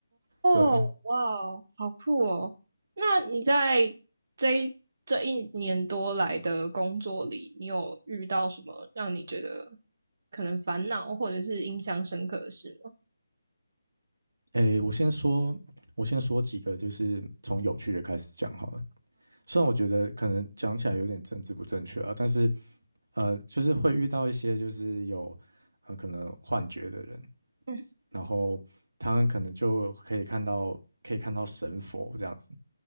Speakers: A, on the right; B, on the right.
A: 哦，
B: 对，
A: 哇哦好酷哦！那你在这一这一年多来的工作里，你有遇到什么让你觉得可能烦恼或者是印象深刻的事吗？
B: 诶，我先说我先说几个就是从有趣的开始讲好了。虽然我觉得可能讲起来有点政治不正确啊，但是呃，就是会遇到一些就是有呃可能幻觉的人，
A: <laughs> 嗯，
B: 然后他们可能就可以看到可以看到神佛这样子，